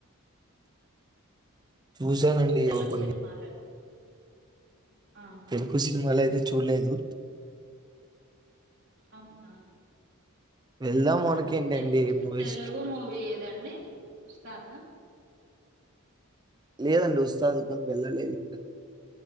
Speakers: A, on the right (about 20°); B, on the right (about 55°).
A: చూసానండి
B: తెలుగు
A: ఒక కొన్ని
B: సినిమాలండి ఆహా
A: ఎందుకు సినిమాలు అయితే చూడలేదు
B: అవునా
A: వెళ్దాం
B: లాస్ట్
A: అనుకుంటి
B: మీరు
A: అండి
B: చూసే
A: మూవీస్
B: తెలుగు
A: కి
B: మూవీ ఏదండి అే ఇస్తాదా
A: లేదండి ఉస్తాదుకం వెళ్ళలే ఇంకా